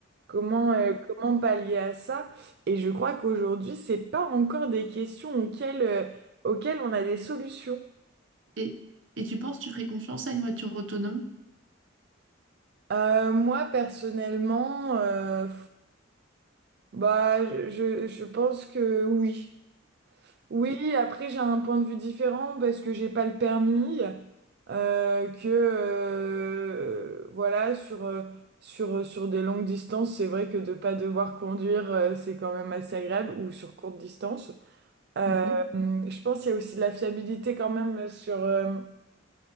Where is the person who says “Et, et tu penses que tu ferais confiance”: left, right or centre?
Right